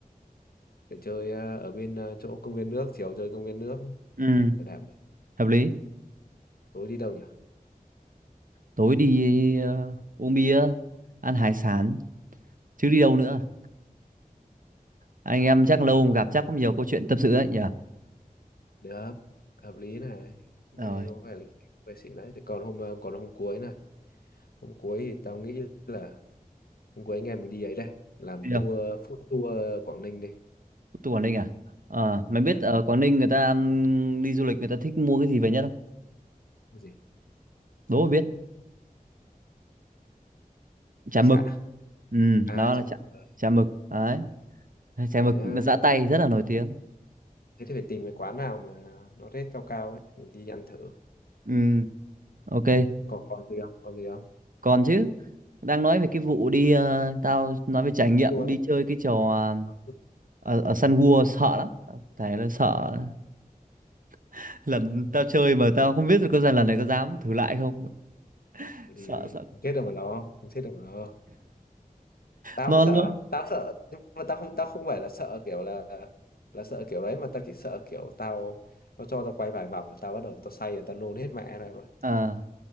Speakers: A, on the left; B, on the right.
A: để chơi ờ, ở bên ờ, chỗ công viên nước chiều chơi công viên nước
B: ừ
A: bảo đảm
B: hợp lý
A: tối đi đâu nhỉ
B: tối đi ờ, uống bia ăn hải sản chứ đi đâu nữa anh em chắc
A: nghe
B: lâu
A: hợp
B: không gặp chắc có nhiều câu chuyện tâm sự đấy nhỉ
A: được hợp lý này nghe
B: rồi
A: có vẻ lịch vệ sĩ đấy thế còn hôm ờ, còn hôm cuối này hôm cuối thì tao nghĩ là hôm cuối anh em mình đi ấy đây làm
B: đi đâu
A: tour food tour Quảng Ninh đi
B: tôi Quảng Ninh à Ờ, mày biết
A: Ờ,
B: ở Quảng Ninh người ta ừm, đi du lịch người ta thích mua cái gì về nhất không
A: cái gì
B: đố mà biết
A: hải
B: chả mực
A: sản à
B: ừ
A: à
B: nó
A: chả
B: là
A: bự
B: chả,
A: Ờ,
B: chả mực đấy chả
A: để
B: mực
A: nhá.
B: là giã tay rất là nổi tiếng
A: thế thì phải tìm cái quán nào mà nó rate cao cao ấy mình đi ăn thử
B: ừ ok
A: còn còn gì không còn gì không
B: còn chứ đang nói về cái vụ đi ờ, tao nói về trải nghiệm
A: tour
B: đi
A: đấy
B: chơi cái trò ờ,
A: Ờ,
B: ở, ở Sun World sợ lắm Tao thề là sợ <laughs> lần tao chơi mà tao không biết được có lần lần này có dám thử lại không
A: thử đi
B: sợ sợ
A: không chết đâu mà lo không chết đâu mà lo tao
B: non
A: cũng sợ lắm tao sợ nhưng mà tao không tao không phải là sợ kiểu là là sợ kiểu đấy mà tao chỉ sợ kiểu tao nó cho tao quay vài vòng mà tao bắt đầu tao say là tao nôn hết mẹ này rồi
B: luôn